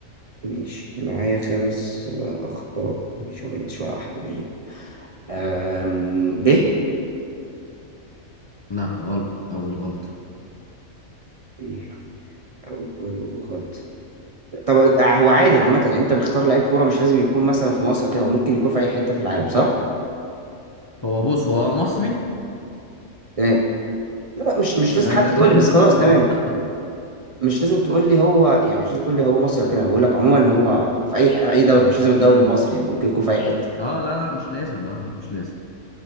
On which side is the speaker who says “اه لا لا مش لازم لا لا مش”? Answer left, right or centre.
Left